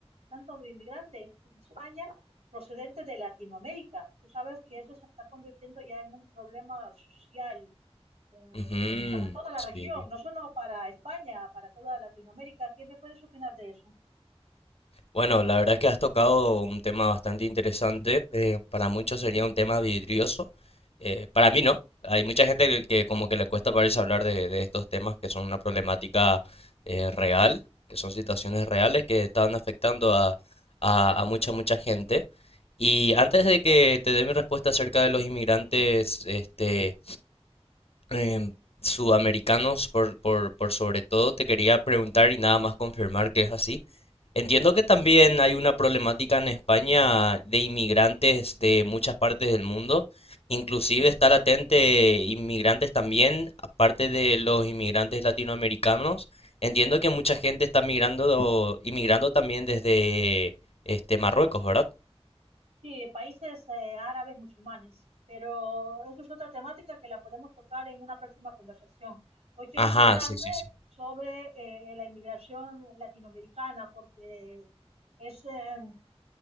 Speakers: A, on the right; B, on the left.
A: tanto inmigrante en España procedente de Latinoamérica. Tú sabes que eso se está convirtiendo ya en un problema social eh,
B: Ujú,
A: para toda la
B: sí.
A: región, no solo para España, para toda Latinoamérica. ¿Qué me puedes opinar de eso?
B: Bueno, la verdad que has tocado un tema bastante interesante. eh, para muchos sería un tema vidrioso. eh, para mí no. Hay mucha gente que, que como que le cuesta parece hablar de, de estos temas que son una problemática eh, real, que son situaciones reales que están afectando a, a, a mucha, mucha gente. Y antes de que te dé mi respuesta acerca de los inmigrantes, este, em, sudamericanos por, por, por sobre todo, te quería preguntar y nada más confirmar que es así. Entiendo que también hay una problemática en España de inmigrantes de muchas partes del mundo, inclusive estar atente inmigrantes también, aparte de los inmigrantes latinoamericanos. Entiendo que mucha gente está migrando, inmigrando también desde este Marruecos, ¿verdad?
A: Sí, países eh, árabes musulmanes, pero eso es otra temática que la podemos tocar en una próxima conversación. Hoy quiero
B: Ajá,
A: enfocarme
B: sí, sí, sí.
A: sobre eh, la inmigración latinoamericana porque es, eh,